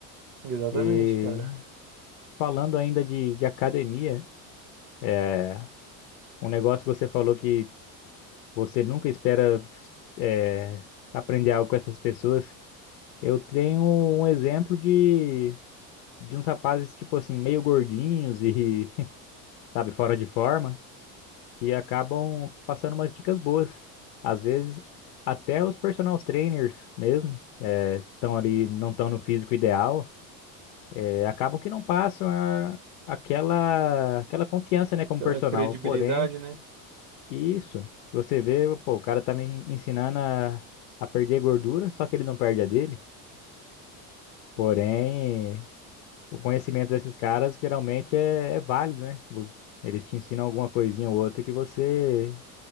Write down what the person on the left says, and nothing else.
E
falando ainda de, de academia, é, um negócio que você falou que você nunca espera é, aprender algo com essas pessoas. Eu tenho um exemplo de. de uns rapazes, tipo assim, meio gordinhos e, <laughs> sabe, fora de forma, e acabam passando umas dicas boas. Às vezes, até os personal trainers mesmo, estão ali, não estão no físico ideal, eh, acabam que não passam a- aquela, aquela confiança, né, como
personal.
Porém,
isso, você vê, pô, o cara tá me ensinando a, a perder gordura, só que ele não perde a dele. Porém. O conhecimento desses caras geralmente é, é válido, né? Vo- Eles te ensinam alguma coisinha ou outra que você